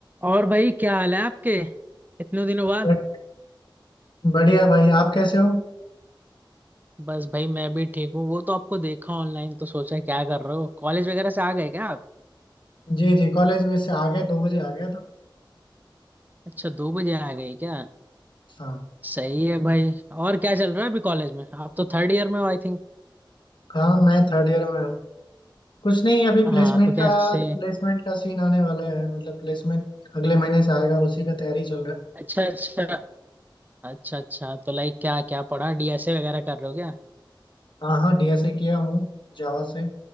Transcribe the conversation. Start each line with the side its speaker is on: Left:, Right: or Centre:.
Right: और भाई क्या हाल है आपके इतने दिनों बाद
Left: बट- बढ़िया भाई आप कैसे हो
Right: बस भाई मैं भी ठीक हूँ वो तो आपको देखा ऑनलाइन तो सोचा क्या कर रहे हो कॉलेज वगैरह से आ गए क्या आप
Left: जी जी कॉलेज में से आ गया दो बजे आ गया था
Right: अच्छा दो बजे आ गए क्या
Left: हाँ
Right: सही है भाई और क्या चल रहा है अभी कॉलेज में आप तो थर्ड ईयर में हो आई थिंक
Left: हाँ मैं थर्ड ईयर में हूँ कुछ नहीं अभी
Right: हाँ
Left: प्लेसमेंट
Right: तो कैसे
Left: का प्लेसमेंट का सीन आने वाला है मतलब प्लेसमेंट अगले महीने से आएगा उसी का तैयारी चल रहा
Right: अच्छा अच्छा अच्छा अच्छा तो लाइक क्या क्या पढ़ा डीएसए वगैरह कर रहे हो क्या
Left: है हाँ हाँ डीएसए किया हूँ जावा से